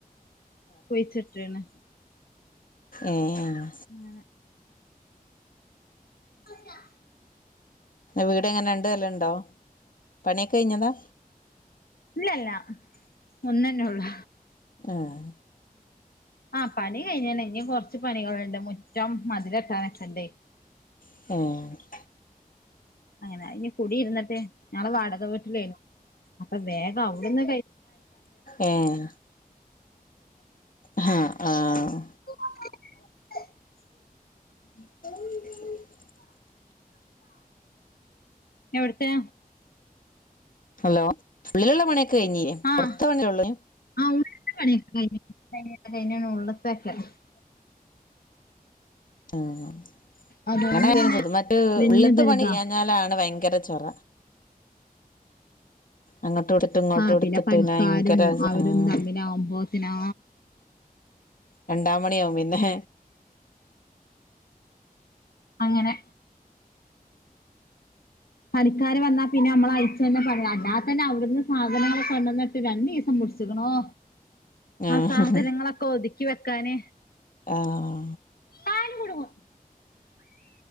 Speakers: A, on the left; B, on the left.
A: പോയിട്ട്ന്
B: ഏഹ്
A: അങ്ങനെ <inaudible>
B: വീട് എങ്ങനെ ഉണ്ട് രണ്ട് നലഉണ്ടോ പണിയൊക്കെ കഴിഞ്ഞതാ
A: ഇല്ലല്ല ഒന്ന്ന്നെ ഉള്ളൂ
B: ആഹ്
A: ആഹ് പണി കഴിഞ്ഞന്നെ ഇനി കുറച്ച് പണികൾണ്ട് മുറ്റം മതില്കട്ടാനൊക്കെ ഇണ്ടേ
B: ഏഹ്
A: അങ്ങനെ ഇ കുടി ഇരുന്നിട്ട് ഞങ്ങള് വാടക വീട്ടിലേനു അപ്പൊ വേഗം അവിടെന്ന് ക
B: ഏഹ് ഹ ആഹ്
A: <unintelligible>
B: <inaudible>
A: എവിട്ത്തെ
B: ഹലോ ഉള്ളിലുള്ള പണിയൊക്കെ കഴിഞ്ഞീല്ലേ
A: ആഹ്
B: പുറത്ത പണിളു
A: ആഹ് ഉള്ളിലത്തെ പണിയൊക്കെ കഴിഞ്ഞ് <unintelligible>
B: ആഹ്
A: അതുകൊണ്ട്
B: അങ്ങനെ <unintelligible>
A: പിന്നെ വല്യതൊരിതാ
B: ഉള്ളത്തെ പണി ചെയാഞ്ഞാലാണ് ഭയങ്കര ചൊറ അങ്ങോട്ട് എടുത്ത് ഇങ്ങോട്ട്
A: ആഹ്
B: എടുത്തിട്ട്
A: പണിക്കാരും
B: പിന്നെ ഭയങ്കര
A: അവരും
B: ആഹ്.
A: തമ്മിലാവുമ്പോത്തിനാ
B: രണ്ടാ മണിയാവും പിന്നെ
A: അങ്ങനെ പണിക്കാര് വന്നാൽ പിന്നെ നമ്മളയച്ചു തന്ന പടി അല്ലാത്തന്നെ അവിടുന്ന് സാധനങ്ങള കൊണ്ടന്നിട്ട് രണ്ടീസം പിടിച്ചിക്ക്ണോ
B: ആഹ്
A: ആ സാധനങ്ങളൊക്കെ ഒതുക്കി വെക്കാന്
B: ആഹ്
A: കാല് കുടുങ്ങും